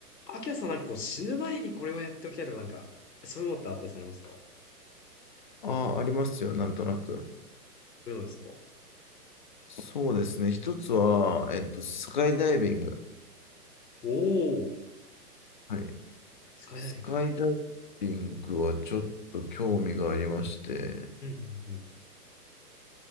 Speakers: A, on the left; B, on the left.
A: アキラさんなんかこう死ぬ前にこれをやっておきたいとかなんか、そういうのってあったりされますかそ
B: ああ、ありますよ、なんとなく。
A: ういうのですかお
B: そうですね。一つは、えっと、スカイダイビング。
A: お、
B: はい。
A: スカイダイビング。
B: スカイダイビングはちょっと興味がありまして、
A: うんうんうん。